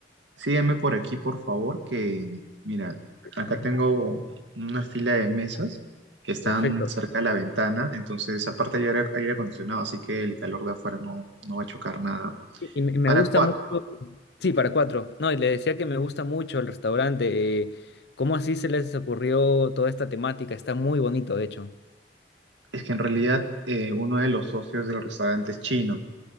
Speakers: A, on the right; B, on the left.
A: Sígueme por aquí, por favor, que mira, acá
B: ¿no?
A: tengo una fila de mesas que están
B: Perfecto.
A: cerca de la ventana, entonces aparte hay aire, aire acondicionado, así que el calor de afuera no, no va a chocar nada.
B: Y y me me
A: Para
B: gusta
A: cuatro,
B: mucho,
A: ¿no?
B: sí, para cuatro. No, y le decía que me gusta mucho el restaurante. eh, ¿cómo así se les ocurrió toda esta temática? Está muy bonito, de hecho.
A: Es que en realidad eh, uno de los socios del restaurante es chino,